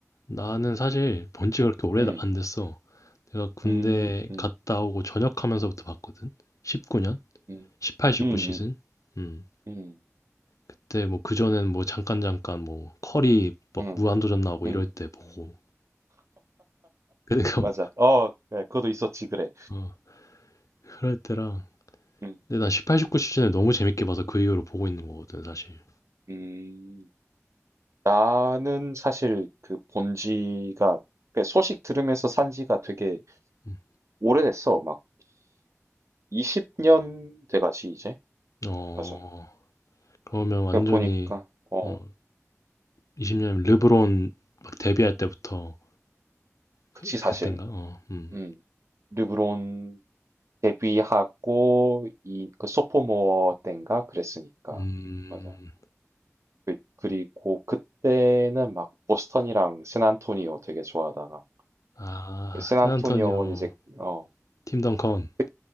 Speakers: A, on the left (about 90°); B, on the right (about 65°).
A: 나는 사실 본 지가 그렇게 오래
B: 음,
A: 안 됐어. 내가 군대
B: 음, 음,
A: 갔다 오고 전역하면서부터 봤거든? 19년?
B: 음,
A: 18, 19
B: 음,
A: 시즌?
B: 음,
A: 음.
B: 음,
A: 그때 뭐 그전엔 뭐 잠깐 잠깐 뭐 커리 막
B: 음,
A: 무한도전 나오고
B: 음,
A: 이럴 때 보고 그래서
B: 맞아. 어, 그래, 그것도 있었지, 그래.
A: <laughs> 어, 그럴 때랑
B: 음,
A: 근데 난 18, 19 시즌을 너무 재밌게 봐서 그 이후로 보고 있는 거거든 사실.
B: 음. 나는 사실 그 본지가 그러니까 소식 들으면서 산 지가 되게
A: 음.
B: 오래됐어. 막 20년 돼가지 이제.
A: 어
B: 맞아.
A: 그러면 완전히
B: 그러니까 보니까 어
A: 어 20년 르브론 막 데뷔할 때부터
B: 그치
A: 그, 그땐가?
B: 사실.
A: 어. 음.
B: 음 르브론 데뷔하고 이그 소포모어 때인가 그랬으니까.
A: 음.
B: 맞아. 그, 그리고 그때는 막 보스턴이랑 샌안토니오 되게 좋아하다가
A: 아,
B: 샌안토니오는
A: 샌안토니오
B: 이제 어
A: 팀 덩컨.
B: 그,